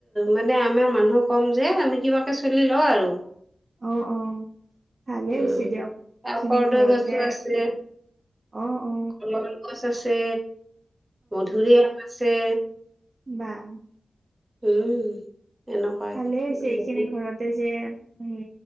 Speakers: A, on the right; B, on the right.
A: মানে আমাৰ মানুহক ক'ম যে আমি কিবাকে চলি লওঁ আৰু।
B: অ অ ভালে হৈছে
A: উ
B: দিয়ক
A: আৰু
B: এইখিনি
A: কৰ্দৈ
B: ঘৰতে
A: গছো আছে।
B: অ অ
A: কলৰ গছ আছে, মধুৰিআম আছে।
B: বাঃ
A: উম। এনেকুৱা
B: ভালে হৈছে, এইখিনি
A: বহুত
B: ঘৰতে যে হে